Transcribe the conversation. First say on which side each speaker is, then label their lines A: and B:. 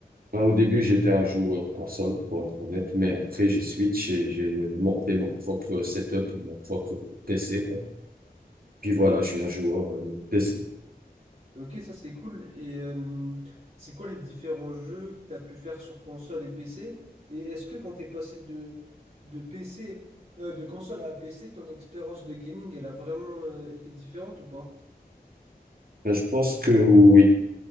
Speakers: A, on the right; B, on the right.
A: Moi, au début, j'étais un joueur console, pour être honnête, mais après, j'ai switch et j'ai monté mon propre setup, mon propre PC, quoi. Puis voilà, je suis un joueur euh, PC.
B: Ok, ça c'est cool. Et euh, c'est quoi les différents jeux que tu as pu faire sur console et PC? Et est-ce que quand tu es passé de, de PC, euh, de console à PC, ton expérience de gaming, elle a vraiment euh, été différente ou pas?
A: Mais je pense que oui,